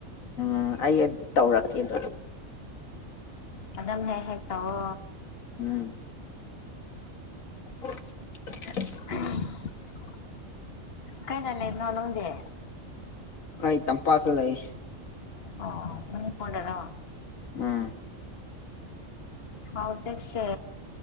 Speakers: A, on the left (about 85°); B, on the left (about 50°).
A: ꯎꯝ ꯑꯩ ꯇꯧꯔꯛꯀꯦ ꯑꯗꯨ
B: ꯑꯗꯝ ꯍꯦꯛ ꯍꯦ ꯇꯕꯣ
A: ꯎꯝ <inaudible>
B: ꯎꯝ ꯀꯩꯗꯅꯦꯦ ꯅꯣꯅꯗꯦ
A: ꯑꯩ ꯇꯝꯄꯥꯛꯀꯤ ꯂꯩ
B: ꯑꯣ ꯃꯅꯤ ꯄꯥꯎꯅꯔꯣ
A: ꯎꯝ
B: ꯍꯧ ꯍꯧꯖꯤꯛꯁꯦ